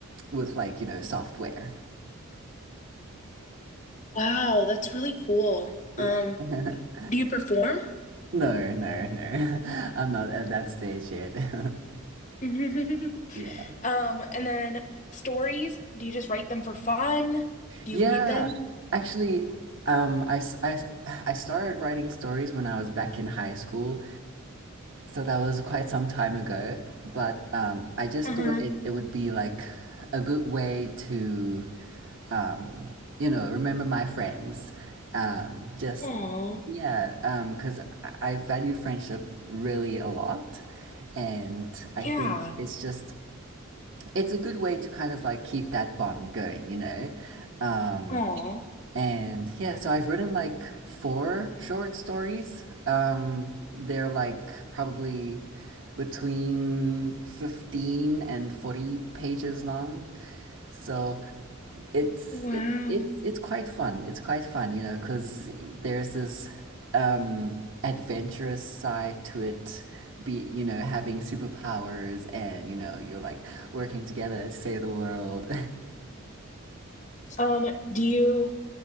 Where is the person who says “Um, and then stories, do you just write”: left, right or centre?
Left